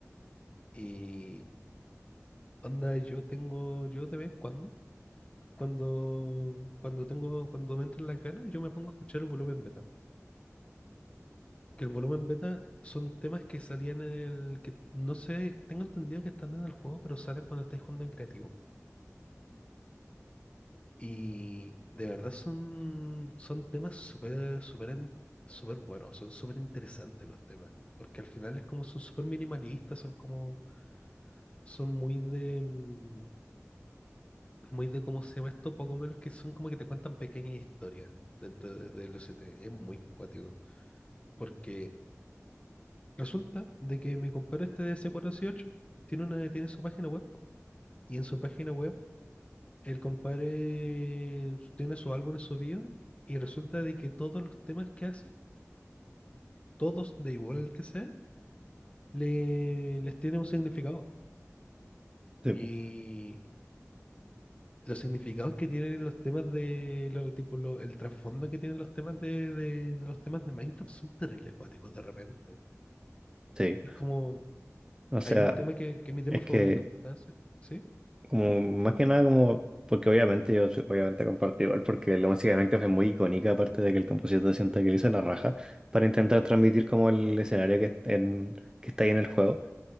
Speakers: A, on the left (about 25°); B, on the right (about 15°).
A: y onda, yo tengo, yo de vez en cuando, cuando, cuando tengo, cuando me entran las ganas, yo me pongo a escuchar el volumen beta. que el volumen beta son temas que salían en el que no sé, tengo entendido que están en el juego, pero salen cuando estáis jugando en creativo. Y de verdad son, son temas súper, súper, en- súper buenos, son súper interesantes los temas, porque al final es como son súper minimalistas, son como, son muy de, mm, muy de cómo se llama esto, poco menos que son como que te cuentan pequeñas historias dentro de- del OCT, es muy cuático, porque Resulta de que mi compadre este de C418 tiene una, tiene su página web. po. Y en su página web, el compadre tiene sus álbumes subidos. Y resulta de que todos los temas que hace, todos, de igual el que sea, le, les tiene un significado.
B: Sí.
A: Y
B: po.
A: los significados que tienen los temas de, lo, tipo, lo- el trasfondo que tienen los temas de, de- de los temas de Minecraft son terrible acuáticos de repente.
B: Sí.
A: Es como,
B: O sea,
A: hay un tema que, que es mi tema
B: es
A: favorito.
B: que
A: Ah, sí, sí,
B: como más que nada como porque obviamente yo soy- obviamente comparto igual porque la música de Minecraft es muy icónica aparte de que el compositor sienta que le hizo la raja para intentar transmitir como el escenario que, est- en- que está ahí en el juego.